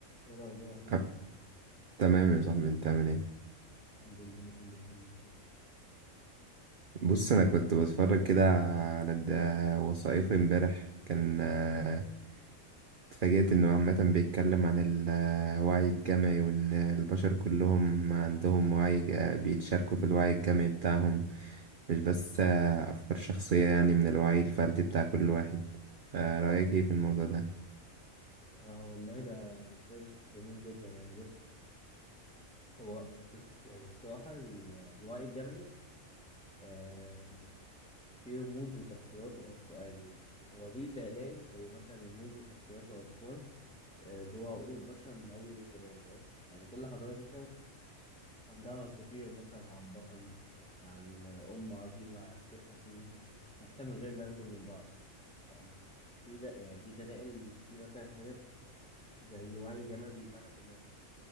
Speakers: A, in the centre; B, on the right.
A: ايه الاخبار عامل ايه
B: أب- تمام يا صاحبي انت عامل ايه
A: الحمد لله كله فل الفل
B: بص انا كنت بتفرج كده على الد- وثائقي امبارح كان آه، اتفاجأت انه عامة بيتكلم عن الوعي الجمعي وان البشر كلهم عندهم وعي ج- بيتشاركوا في الوعي الجمعي بتاعهم مش بس آه، افكار شخصية يعني من الوعي الفردي بتاع كل واحد آه، رأيك ايه في الموضوع ده
A: اه والله ده نقاش جميل جدا يعني بص هو الص- يعني الصراحه ال- الوعي الجمعي آه فيه رموز وشخصيات وافكار يعني هو ليه جلال زي مثلا رموز وشخصيات وافكار آه جوه عقول البشر من اول الزمان تمام يعني كل حضاره مثلا عندها اساطير مثلا عن بطل عن ام عظيمه عن شيخ حكيم حتى من غير ما ياخدوا من بعض ف- في ده يعني دي دلائل في مثلا حاجات زي وعي جمعي بيجمعنا كلنا